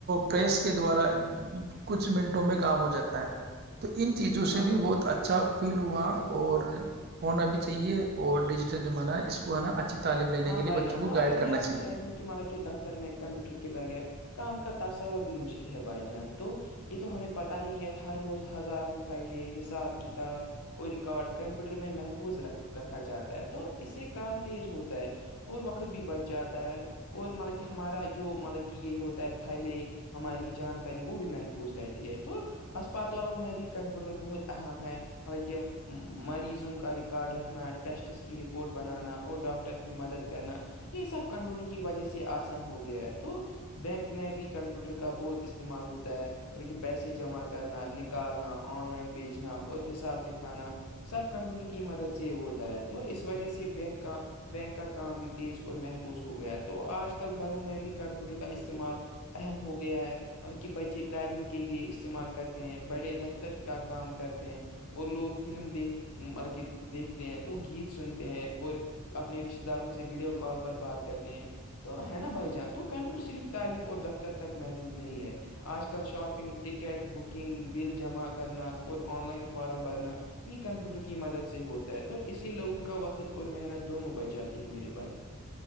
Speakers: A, on the right; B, on the left.
A: پریس کے دوارا کچھ منٹوں میں کام ہو جاتا ہے تو ان چیزوں
B: ہاں
A: سے بھی
B: بھائی
A: بہت
B: جان
A: اچھا فیل ہوا اور ہونا بھی چاہیے اور ڈیجیٹل زمانہ ہے اس کو آنا اچھھی تعلیم لینے
B: ہاں
A: کے لیے
B: بھائی
A: بچوں
B: جان
A: کو
B: تو اگر
A: گائڈ
B: میں
A: کرنا
B: آپ کو
A: چاہیے
B: کہہ دوں کہ ملا کے دفتر میں کمپیوٹر کے بغیر کام کا تصور بھی مشکل ہے بھائی جان تو یہ تو ہمیں پتہ ہی ہے ہر روز ہزاروں فائلیں حساب کتاب اور ریکارڈ کمپیوٹر میں محفوظ رکھ رکھا جاتا ہے تو اس سے کام تیز ہوتا ہے اور وقت بھی بچ جاتا ہے اور مطلب کہ ہمارا جو مطلب کہ یہ ہوتا ہے پھلے ہماری جانکاری وہ بھی محفوظ رہتی ہے تو ہسپتالوں میں بھی کمپیوٹر بہت اہم ہے حطلب کہ مریضوں کا ریکارڈ رکھنا ٹیسٹس کی رپورٹ بنانا اور ڈاکٹر کی مدد کرنا یہ سب کمپیوٹر کی وجہ سے آسان ہو گیا ہے تو بینک میں بھی کمپیوٹر کا بہت استعمال ہوتا ہے مطلب کہ پیسے جمع کرنا نکالنا آن لائن بیچنا اور حساب دکھانا سب کمپیوٹر کی مدد سے ہوتا ہے تو اس وجہ سے بینک کا بینک کا کام بھی تیز اور محفوظ ہو گیا ہے تو آج کل گھروں میں بھی کمپیوٹر کا استعمال اہم ہو گیا ہے بلکہ بچے تعلیم کے لئے استعمال کرتے ہیں بڑے دفتر تر کیا کام کرتے ہیں اور لوگ فلم دیکھ مطلب کہ دیکھتے ہیں تو گیت سنتے ہیں اور اپنے رشتتے داروں سے ویڈیو کال پر بات کرتے ہیں تو ہے نا بھائی جان تو کمپیوٹر صرف تعلیم اور دفتر تک محدود نہیں ہے آج کل شاپنگ ٹکٹ بکنگ بل جمع کرنا اور آن لائن فارم بھرنا بھی کمپیوٹر کی مدد سے ہوتا ہے تو اسی لوگوں کا وقت اور محنت دونوں بچ جاتی ہے میرے بھائی